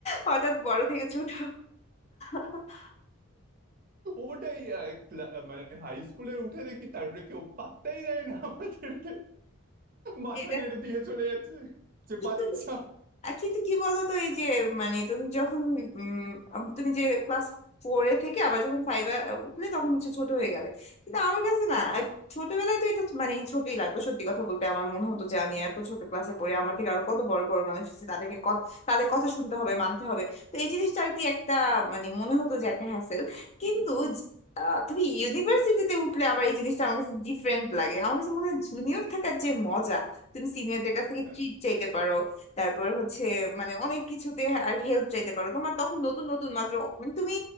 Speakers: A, on the left; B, on the right.
A: হঠাৎ বড় থেকে ছোট <laughs>
B: ওটাই আ, ক্লা- মানে হাই স্কুলে উঠে দেখি তারপরে কেউ পাত্তাই দেয় না আমাদেরকে মাথা
A: এটা
B: নেড়ে দিয়ে চলে যাচ্ছে যে
A: কিন্তু
B: বাচ্চা
A: আহ, কিন্তু কি বলতো এই যে মানে তুমি যখন উম আম- তুমি যে ক্লাস ফোরে থেকে আবার যখন ফাইভে উঠলে তখন হচ্ছে ছোট হয়ে গেলে কিন্তু আমার কাছে
B: হুম
A: না আহ, ছোটবেলায় তো এটা মানে ছোটই লাগতো সত্যি কথা বলতে আমার মনে হতো যে আমি এত ছোট ক্লাসে পড়ি আমার থেকে আরো কত বড় বড় মানুষ আছে তাদেরকে কত তাদের কথা শুনতে হবে মানতে হবে তো এই জিনিসটা আর কি একটা মানে মনে হতো যে একটা হ্যাসেল কিন্তু জ- আহ, তুমি ইউনিভার্সিটিতে উঠলে আবার এই জিনিসটা আমার কাছে ডিফারেন্ট লাগে আমার কাছে মনে হয় জুনিয়র থাকার যে মজা তুমি সিনিয়রদের কাছ থেকে
B: হ্যাঁ
A: ট্রিট চাইতে পারো তারপর হচ্ছে মানে অনেক কিছুতে আর হেল্প চাইতে পারো তোমার তখন নতুন নতুন মাত্র মানে তুমি